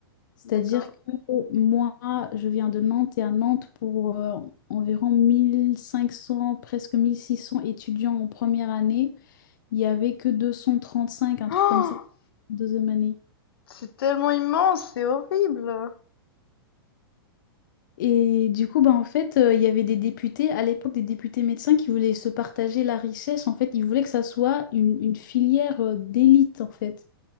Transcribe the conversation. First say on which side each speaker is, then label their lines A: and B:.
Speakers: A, on the left; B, on the left.
A: C'est-à-dire
B: d'accord.
A: que moi, je viens de Nantes et à Nantes, pour euh, environ 1500, presque 1600 étudiants en première année, il n'y avait que 235, un
B: Oh,
A: truc comme ça, deuxième année.
B: C'est tellement immense, c'est horrible!
A: Et du coup, bah, en fait, euh, il y avait des députés, à l'époque, des députés médecins qui voulaient se partager la richesse. En fait, ils voulaient que ça soit une, une filière euh, d'élite, en fait.